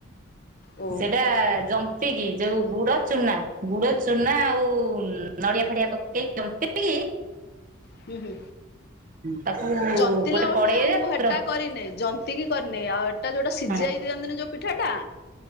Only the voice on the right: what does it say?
ସେଇଟା-ଆ-ଆ-ଆ ଜ ନ୍ତିକି ଯୋଉ ଗୁଡ, ଚୁନା, ଗୁଡ, ଚୁନା ଆଉ ନଡିଆ ଫଡିଆ ପକେଇକି ଜନ୍ତି ଜନ୍ତିକି
ତାକୁ
ଗୋଟେ
କଡେଇରେ
ପତ୍ର
ହଁ